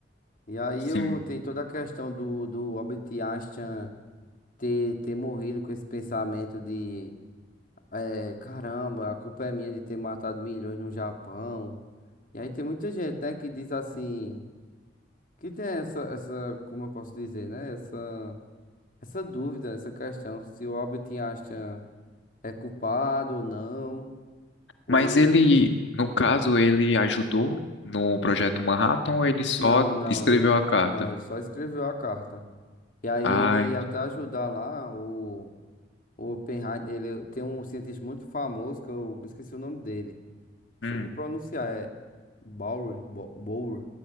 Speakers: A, on the left; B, on the left.
A: E aí
B: sim.
A: eu, tem toda a questão do, do Albert Einstein ter, ter morrido com esse pensamento de É, caramba, a culpa é minha de ter matado milhões no Japão. E aí tem muita gente, né, que diz assim, que tem essa, essa, como eu posso dizer, né, essa, essa dúvida, essa questão, se o Albert Einstein é culpado ou não, ou...
B: Mas ele, no caso, ele ajudou no projeto Manhattan ou ele só
A: Não, não,
B: escreveu
A: ele,
B: a carta?
A: não, ele só escreveu a carta. E aí
B: Ah,
A: ele
B: entendi.
A: ia até ajudar lá, o, o Oppenheimer, ele tem um cientista muito famoso, que eu esqueci o nome dele. Não
B: Hum,
A: sei nem pronunciar, é Bower, Bo- Bower,